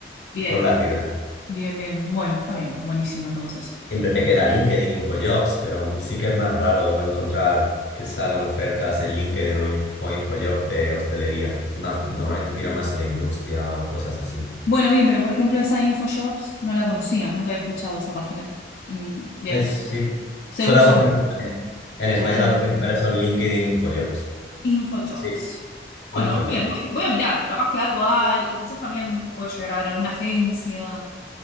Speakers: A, on the left (about 60°); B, on the left (about 80°).
A: Bien,
B: por la ciudad.
A: bien, bien. Bueno, está bien, buenísimo entonces.
B: Siempre te queda LinkedIn, InfoJobs, pero sí que es más raro encontrar que salgan ofertas en LinkedIn o, Inf- o InfoJob de hostelería. Es más, normalmente tiran más a la industria o cosas así.
A: Bueno, bien, pero por ejemplo esa InfoShops no la conocía, nunca había escuchado esa página. Mm, bien,
B: Es, sí,
A: se
B: son
A: usan,
B: las dos principales. En España
A: se usan.
B: las dos principales son LinkedIn, InfoJobs.
A: InfoJobs.
B: Sí,
A: Bueno,
B: InfoJob.
A: bien, voy, voy a mirar, capaz que algo hay, o quizás también puede llegar a ver alguna agencia